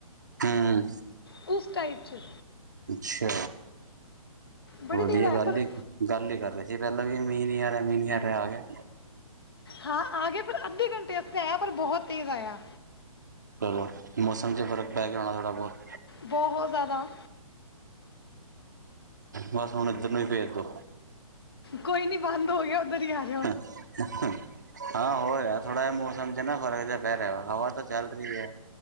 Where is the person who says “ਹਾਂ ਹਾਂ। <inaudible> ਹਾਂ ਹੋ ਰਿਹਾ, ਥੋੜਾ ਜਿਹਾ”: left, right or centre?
Right